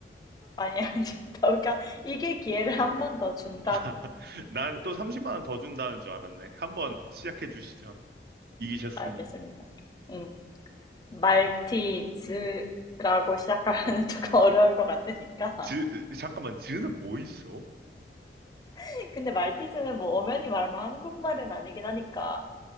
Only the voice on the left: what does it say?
아니 아니 <laughs> 너가 이길 기회를 한 번 더 준다고.
알겠습니다. 응. 말티즈라고 시작하면은 <laughs> 조금 어려울 것 같으니까.
<laughs> 근데 말티즈는 뭐 엄연히 말하면 한국말은 아니긴 하니까.